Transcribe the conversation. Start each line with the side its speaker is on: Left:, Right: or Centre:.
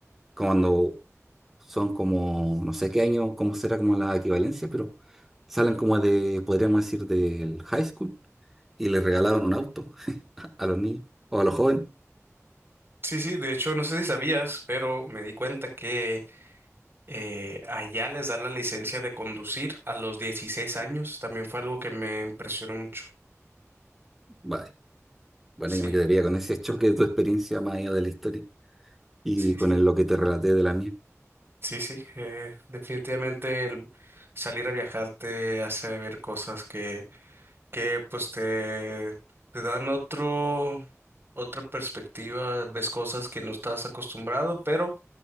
Centre: cuando son como, no sé qué año, cómo será como la equivalencia, pero salen como de, podríamos decir, del high school y les regalaron un auto <laughs> a los niños o a los jóvenes.
Right: Sí, sí, de hecho no sé si sabías, pero me di cuenta que eh, allá les dan la licencia de conducir a los 16 años, también fue algo que me impresionó mucho.
Centre: Vale. Bueno,
Right: Sí.
Centre: yo me quedaría con ese <laughs> choque de tu experiencia más allá de la historia y
Right: Sí,
Centre: con
Right: sí.
Centre: el- lo que te relaté de la mía.
Right: Sí, sí, eh, definitivamente el salir a viajar te hace ver cosas que, que pues te, te dan otro, otra perspectiva, ves cosas que no estás acostumbrado, pero